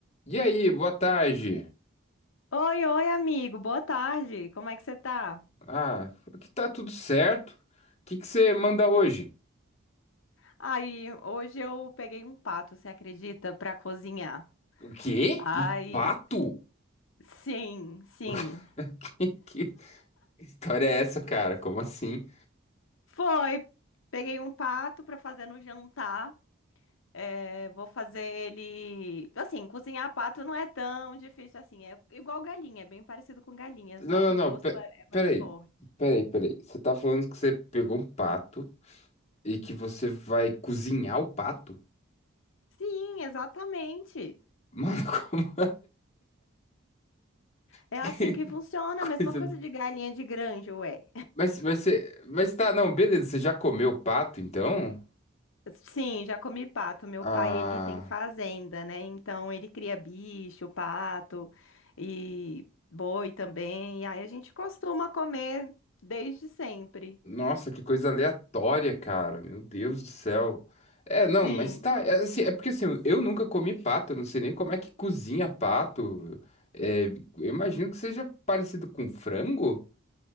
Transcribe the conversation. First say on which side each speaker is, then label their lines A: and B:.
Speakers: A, on the left (about 30°); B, on the left (about 65°).
A: E aí, boa tarde.
B: Oi, oi, amigo. Boa tarde. Como é que você tá?
A: Ah, aqui tá tudo certo. O que que você manda hoje?
B: Aí, hoje eu peguei um pato, você acredita, pra cozinhar.
A: O quê?
B: Ai,
A: Um pato?
B: sim, sim.
A: <laughs> Que, que história é essa, cara? Como assim?
B: Foi. Peguei um pato pra fazer no jantar. É, vou fazer ele. Assim, cozinhar pato não é tão difícil assim. É igual galinha, é bem parecido com galinha,
A: Não,
B: só que
A: não, não.
B: o gosto
A: pe-
B: é é mais
A: Peraí.
B: forte.
A: Peraí, peraí. Você tá falando que você pegou um pato e que você vai cozinhar o pato?
B: Sim, exatamente.
A: Mano, <laughs> como
B: É
A: que
B: assim que funciona,
A: coisa.
B: a mesma coisa de galinha de granja, ué.
A: Mas, mas você. Mas tá, não, beleza. Você já comeu o pato, então?
B: Sim, já comi pato. Meu
A: Ah.
B: pai, ele tem fazenda, né? Então ele cria bicho, pato e boi também. E aí a gente costuma comer desde sempre.
A: Nossa, que coisa aleatória, cara. Meu Deus do céu. É, não,
B: Sim.
A: mas tá. É, assim, é porque assim, eu nunca comi pato, eu não sei nem como é que cozinha pato. É, eu imagino que seja parecido com frango.